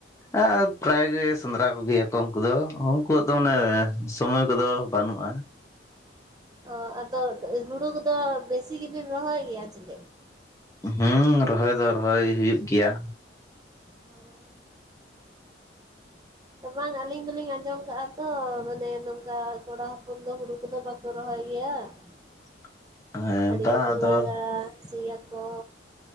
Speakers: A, on the left; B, on the right.
A: ᱟᱸ ᱯᱨᱟᱭ ᱜᱮ ᱥᱮᱸᱫᱽᱨᱟ ᱠᱚᱜᱮᱭᱟᱠᱚ ᱩᱱᱠᱩ ᱫᱚ ᱩᱱᱠᱩᱣᱟᱜ ᱫᱚ ᱢᱟᱱᱮ ᱥᱚᱢᱚᱭ ᱠᱚᱫᱚ ᱵᱟᱹᱱᱩᱜᱼᱟ
B: ᱚ ᱟᱫᱚ ᱦᱩᱲᱩ ᱠᱚᱫᱚ ᱵᱮᱥᱤ ᱜᱮᱵᱤᱱ ᱨᱚᱦᱚᱭ ᱜᱮᱭᱟ ᱪᱮᱫ
A: ᱦᱩᱸ ᱨᱚᱦᱚᱭ ᱫᱚ ᱨᱚᱦᱚᱭ ᱦᱩᱭᱩᱜ ᱜᱮᱭᱟ ᱾
B: <inaudible> ᱵᱟᱝ ᱟᱹᱞᱤᱧ ᱫᱚᱞᱤᱧ ᱟᱸᱡᱚᱢ ᱠᱟᱜ-ᱟ ᱛᱚ ᱢᱟᱱᱮ ᱱᱚᱝᱠᱟ ᱠᱚᱲᱟ ᱦᱚᱯᱚᱱ ᱫᱚ ᱦᱩᱲᱩ ᱠᱚᱫᱚ ᱵᱟ ᱼᱼ ᱛᱳ ᱨᱚᱦᱚᱭ ᱜᱮᱭᱟ ᱾
A: <inaudible> ᱦᱮᱸ
B: ᱟᱹᱰᱤ
A: ᱵᱟᱝ
B: ᱠᱚᱠᱚ
A: ᱟᱫᱚ
B: ᱞᱟᱠᱜᱟ ᱥᱩᱭᱟᱹ ᱠᱚ